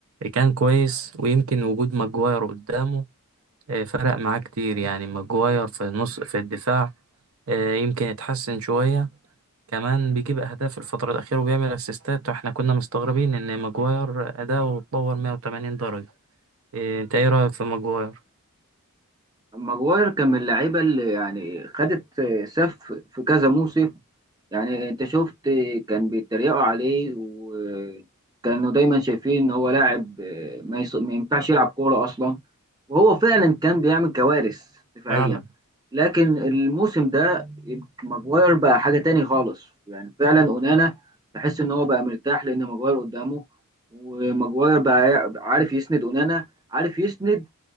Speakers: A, on the right (about 65°); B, on the right (about 15°).
A: كان كويس ويمكن وجود ماجواير قدامه آه، فرق معاه كتير يعني ماجواير في النص في الدفاع آه، يمكن اتحسن شوية كمان بيجيب أهداف الفترة الأخيرة وبيعمل أسيستات واحنا كنا مستغربين إن ماجواير أداؤه اتطور 180 درجة آه، انت ايه رأيك في ماجواير؟
B: ماجواير كان من اللعيبة اللي يعني خدت آه، سف في كذا موسم يعني انت شفت كان بيتريقوا عليه وكانوا دايما شايفين ان هو لاعب آه، ما, يص... ما ينفعش يلعب كورة اصلا وهو فعلا كان بيعمل كوارث دفاعيا
A: فعلا
B: لكن الموسم ده ماجواير بقى حاجة تاني خالص يعني فعلا اونانا تحس ان هو بقى مرتاح لان ماجواير قدامه وماجواير بقى ع- عارف يسند اونانا عارف يسند